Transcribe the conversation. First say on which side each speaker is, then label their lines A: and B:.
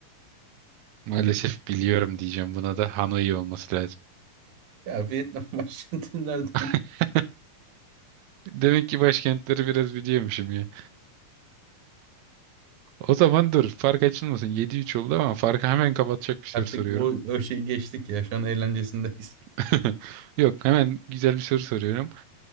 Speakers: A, on the right; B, on the right.
A: maalesef biliyorum diyeceğim buna da Hanoi olması lazım.
B: Ya Vietnam <laughs> başkenti nerede?
A: <laughs> Demek ki başkentleri biraz biliyormuşum ya. O zaman dur fark açılmasın. Yedi üç oldu ama farkı hemen kapatacak bir soru
B: Artık
A: soruyorum.
B: o, o şeyi geçtik ya. Şu an eğlencesindeyiz.
A: <laughs> Yok hemen güzel bir soru soruyorum.